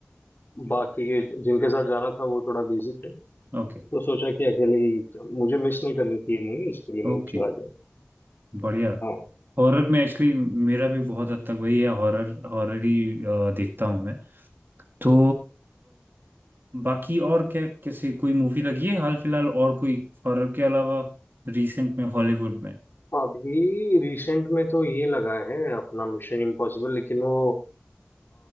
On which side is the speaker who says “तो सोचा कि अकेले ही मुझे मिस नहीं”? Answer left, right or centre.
Left